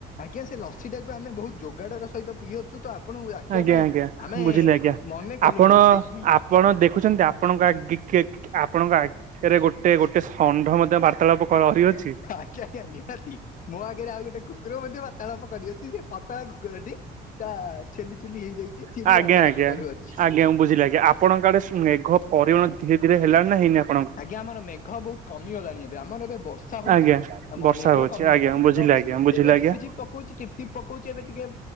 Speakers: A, on the left; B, on the right.
A: ଆଜ୍ଞା ସେ ଲସି ଟାକୁ ଆମେ ବହୁତ ଯୋଗାଡ଼ ର ସହିତ ପିଇଅଛୁ ତ ଆପଣଙ୍କୁ ଡାକିବା
B: ଆଜ୍ଞା
A: ପାଇଁ
B: ଆଜ୍ଞା
A: ଆମେ
B: ବୁଝିଲି ଆଜ୍ଞା
A: ମନେ କଲୁ
B: ଆପଣ
A: ନାହିଁ ସେଇଥିପାଇଁ
B: ଆପଣ ଦେଖୁଛନ୍ତି ଆପଣଙ୍କ <unintelligible> ଆପଣଙ୍କ <unintelligible> ଗୋଟେ ଗୋଟେ ଷଣ୍ଢ ମଧ୍ୟ ବାର୍ତ୍ତାଳାପ କରିଅଛି
A: <unintelligible> ନିହାତି। ମୋ ଆଗରେ ଆଉ ଗୋଟେ କୁକୁର ମଧ୍ୟ ବାର୍ତ୍ତାଳାପ କରିଅଛି ସେ ପତଳା କୁକୁରଟି ତା ଛେ ଚୁଲି ହେଇଯାଇଛି, ସିଏ
B: ଆଜ୍ଞା
A: ବି ବାର୍ତ୍ତାଳାପ
B: ଆଜ୍ଞା
A: କରୁଅଛି।
B: ଆଜ୍ଞା ବୁଝିଲି ଆଜ୍ଞା, ଆପଣଙ୍କ ଆଡେ ମେଘ ପରିମାଣ ଧୀରେ ଧୀରେ ହେଲାଣି ନା ହେଇନା?
A: ଆଜ୍ଞା ଆମର ମେଘ ବହୁତ କମିଗଲାଣି ଏବେ ଆମର ଏବେ ବର୍ଷା ହଉଛି,
B: ଆଜ୍ଞା
A: ଆମ
B: ବର୍ଷା
A: ମେଘ
B: ହଉଛି
A: କମିଗଲାଣି।
B: ଆଜ୍ଞା ବୁଝିଲି
A: ତ
B: ଆଜ୍ଞା
A: ଉ
B: ବୁଝିଲି
A: ଏବେ
B: ଆଜ୍ଞା
A: ଝିପିଝପି ପକଉଛି ଟିପଟିପ ପକଉଛି ଏବେ ଟିକେ